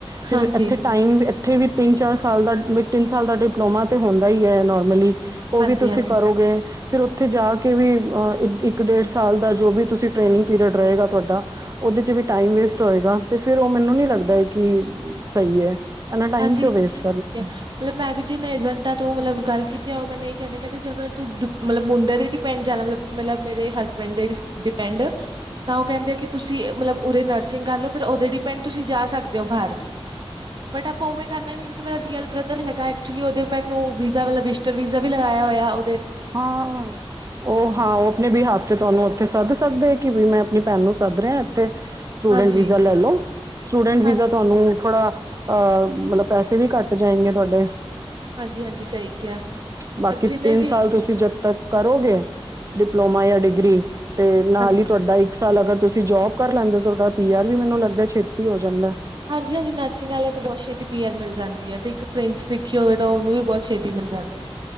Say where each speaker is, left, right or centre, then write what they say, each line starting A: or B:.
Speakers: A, on the right (about 30°); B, on the right (about 50°).
A: ਫਿਰ
B: ਹਾਂਜੀ,
A: ਇੱਥੇ ਟਾਈਮ ਉੱਥੇ ਵੀ ਤਿੰਨ, ਚਾਰ ਸਾਲ ਦਾ, ਮ ਤਿੰਨ ਸਾਲ ਦਾ ਡਿਪਲੋਮਾ ਤਾਂ ਹੁੰਦਾ ਹੀ ਹੈ ਨੋਰਮਲੀ ਉਹ
B: ਹਾਂਜੀ,
A: ਵੀ ਤੁਸੀਂ
B: ਹਾਂਜੀ,
A: ਕਰੋਗੇ। ਫਿਰ ਉੱਥੇ ਜਾ ਕੇ ਵੀ ਇੱਕ, ਡੇਢ ਸਾਲ ਦਾ ਜੋ ਵੀ ਤੁਸੀਂ ਟ੍ਰੇਨਿੰਗ ਪੀਰੀਅਡ ਰਹੇਗਾ ਤੁਹਾਡਾ ਉਹਦੇ ਚ ਵੀ ਟਾਈਮ ਵੇਸਟ ਹੋਏਗਾ ਤੇ ਫਿਰ ਉਹ ਮੈਨੂੰ ਨੀ ਲੱਗਦਾ ਹੈ ਕਿ ਸਹੀ ਏ। ਹੈਨਾ, ਟਾਈਮ
B: ਹਾਂਜੀ।
A: ਕਿਉਂ ਵੇਸਟ
B: ਮਤਲਬ ਮੈਂ ਵੀ ਜਿਨ ਏਜੰਟਾਂ ਤੋ ਮਤਲਬ ਗੱਲ ਕੀਤੀ ਉਹ ਮੈਂ ਨਹੀਂ ਕਹਿੰਦੇ-ਕਹਿੰਦੇ ਜਗਰ ਤੂੰ ਮਤਲਬ ਮੁੰਡੇ ਤੇ ਡਿਪੈਂਡ ਜਾਣਾ ਮਤਲਬ, ਮਤਲਬ ਮੇਰੇ ਹਸਬੈਂਡ ਦੇ ਡਿਪੈਂਡ ਤਾਂ ਉਹ ਕਹਿੰਦੇ ਆ ਕਿ ਤੁਸੀਂ ਮਤਲਬ ਉਰੇ ਨਰਸਿੰਗ ਕਰ ਲਓ ਫਿਰ ਉਹਦੇ ਡਿਪੈਂਡ ਤੁਸੀਂ ਜਾ ਸਕਦੇ ਸਕਦੇ ਹੋ ਬਾਹਰ। ਬਟ ਆਪਾਂ ਉਵੇਂ ਕਰਨਾ ਹੀ ਨਹੀਂ ਕਿਉਂਕਿ ਮੇਰਾ ਰੀਅਲ ਬ੍ਦਰ ਹੈਗਾ ਏ, ਏਚਯੁਲੀ ਔਦੇ ਮੈਨੂੰ ਵੀਜ਼ਾ ਵਲ ਵੀਜਿਟਰ ਵੀਜ਼ਾ ਵੀ ਲਗਾਇਆ ਹੋਇਆ ਔ
A: ਹਾਂ ਉਹ ਹਾਂ ਉਹ ਅਪਣੇ ਬੀਆੱਫ ਤੇ ਤੁਹਾਨੂੰ ਉੱਥੇ ਸੱਦ ਸਕਦੇ ਕਿ ਵੀ ਮੈਂ ਆਪਣੀ ਭੈਣ ਨੂੰ ਸੱਦ ਰਿਹਾ ਇੱਥੇ ਸਟੂਡੈਂਟ
B: ਹਾਂਜੀ
A: ਵੀਜ਼ਾ ਲੈ ਲੋ, ਸਟੂਡੈਂਟ ਵੀਜ਼ਾ
B: ਹਾਂਜੀ
A: ਤੁਹਾਨੂੰ ਥੋੜਾ ਅਹ ਮਤਲਬ ਪੈਸੇ ਵੀ ਘੱਟ ਜਾਏਗੇ ਤੁਹਾਡੇ
B: ਹਾਂਜੀ ਹਾਂਜੀ ਸਹੀ ਕਿਹਾ,
A: ਬਾਕੀ
B: ਜਿੰਨੇ
A: ਤਿੰਨ
B: ਵੀ
A: ਤੁਸੀਂ ਜਦ ਤੱਕ ਕਰੋਗੇ ਡਿਪਲੋਮਾ ਜਾਂ ਡਿਗਰੀ। ਤੇ ਨਾਲ
B: ਹਾਂਜੀ
A: ਹੀ ਤੁਹਾਡਾ ਇੱਕ ਸਾਲ ਅਗਰ ਤੁਸੀਂ ਜੋਬ ਕਰ ਲੈਂਦੇ ਹੋ ਤੁਹਾਡਾ ਪੀਆਰ ਵੀ ਮੈਨੂੰ ਲੱਗਦਾ ਛੇਤੀ ਹੋ ਜਾਂਦਾ।
B: ਹਾਂਜੀ ਹਾਂਜੀ ਨਰਸਿੰਗ ਵਾਲੇ ਤਾਂ ਬਹੁਤ ਛੇਤੀ ਪੀ ਆਰ ਮਿਲ ਜਾਂਦੀ ਹ। ਤੇ ਇੱਕ ਫਰੈਂਚ ਸਿਖੀ ਹੋਵੇ ਤਾਂ ਉਹਨੂੰ ਵੀ ਬਹੁਤ ਜਾਂਦੀ ਹੈ।